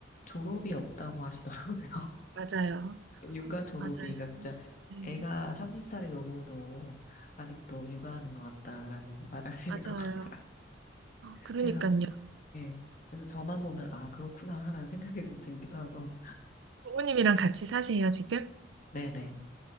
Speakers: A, on the left; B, on the right.
A: 졸업이 없다고 하시더라고요.
B: 맞아요.
A: 육아 졸업이가
B: 맞아요.
A: 진짜
B: 네,
A: 애가 30살이 넘어도 아직도 육아하는 것 같다라는 <laughs> 말을 하시는
B: 맞아요.
A: 것 같다. <laughs>
B: 그러니까요.
A: 그래서, 예. 그래서 저만 보면, 아, 그렇구나, 하는 생각이 좀 들기도 하고.
B: 부모님이랑 같이 사세요, 지금?
A: 네네.